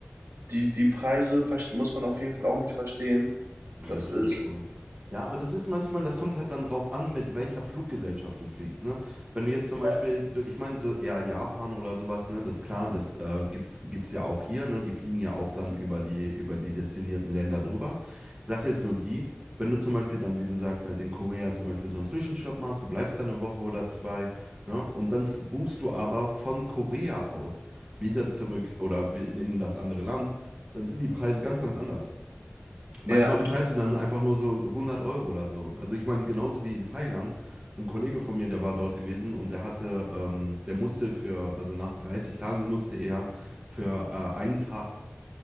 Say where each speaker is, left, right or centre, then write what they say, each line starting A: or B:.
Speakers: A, on the right; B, on the right.
A: die, die Preise vers- muss man auf jeden Fall auch nicht verstehen.
B: Ja,
A: Das
B: das
A: ist,
B: stimmt wohl. Ja, aber das ist manchmal, das kommt halt dann drauf an, mit welcher Fluggesellschaft du fliegst, ne? Wenn du jetzt zum Beispiel,
A: ja,
B: du- ich meine so eher Japan oder sowas, ne? Das klar, das äh, gibt's, gibt's ja auch hier, ne? Die fliegen ja auch dann über die, über die destinierten Länder drüber. Sache ist nur die, wenn du zum Beispiel dann, wie du sagst, halt in Korea zum Beispiel so einen Zwischenstopp machst, du bleibst da eine Woche oder zwei, ne? Und dann f- buchst du aber von Korea aus wieder zurück oder wi- in das andere Land, dann sind die Preise ganz, ganz anders. Manchmal
A: ja,
B: bezahlst du dann einfach nur so 100 Euro oder so. Also ich meine, genauso wie in Thailand, ein Kollege von mir, der war dort gewesen und der hatte, ähm, der musste für, also nach 30 Tagen musste er für äh, einen Tag